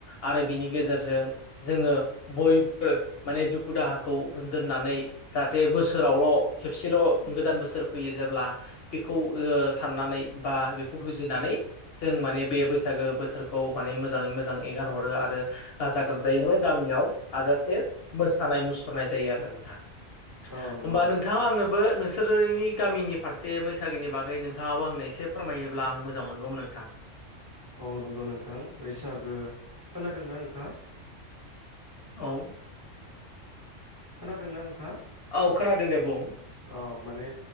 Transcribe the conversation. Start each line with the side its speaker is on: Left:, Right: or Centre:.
Left: आरो बिनि गेजेरजों जोङो बयबो माने दुखु दाहाखौ दोननानै जाहाथे बोसोरावल' खेबसेल' गोदान बोसोर फैयो जेब्ला बेखौ ओ साननानै बा बेखौ बुजिनानै जों माने बे बैसागो बोथोरखौ माने मोजाङै मोजां एंगारहरो आरो ओ गाजा गोमजायैनो गामिआव हाजासे मोसानाय मुसुरनाय जायो आरो नोंथां
Right: औ नंगौ
Left: होमबा नोंथां आंनोबो नोंसोरनि ओइ गामिनि फारसे बैसागोनि बागै नोंथांआबो आंनो एसे फोरमायोब्ला आं मोजां मोनगौमोन नोंथां
Right: औ नंगौ नोंथां उम बैसागो खोनादोंना नोंथांआ
Left: औ
Right: खोनादोंना नोंथांआ
Left: औ खोनादों दे बुं
Right: ओ माने